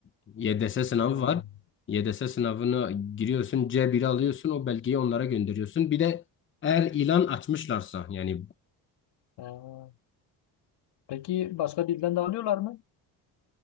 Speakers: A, on the left; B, on the left.
A: YDS sınavı
B: Hmm.
A: var. YDS sınavına giriyorsun, c biri alıyorsun, o belgeyi onlara gönderiyorsun. Bir de eğer ilan açmışlarsa yani
B: Hmm. Peki başka dilden de alıyorlar mı?